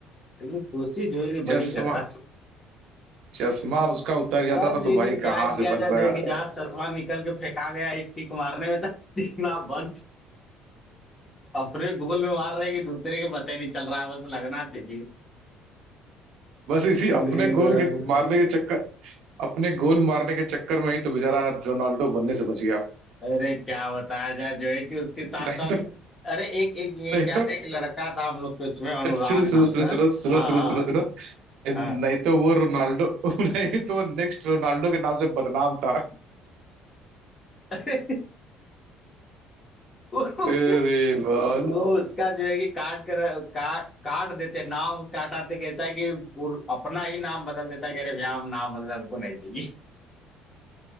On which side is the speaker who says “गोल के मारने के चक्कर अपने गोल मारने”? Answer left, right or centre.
Right